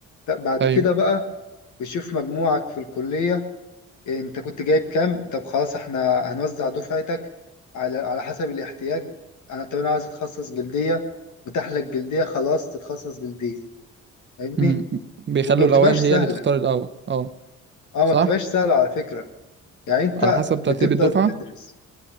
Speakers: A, on the left; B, on the right.
A: ت- بعد
B: ايوه
A: كده بقى بيشوف مجموعك في الكلية آه، انت كنت جايب كام طب خلاص احنا هنوزع دفعتك على على حسب الاحتياج انا طب انا عايز اتخصص جلدية متاح لك جلدية خلاص تتخصص جلدية فاهمني
B: امم بيخلوا
A: وما بتبقاش
B: الاوائل
A: سهلة
B: هي اللي تختار الاول اه
A: اه
B: صح
A: ما بتبقاش سهلة على فكرة يعني انت
B: على حسب ترتيب
A: بتفضل
B: الدفعه
A: تدرس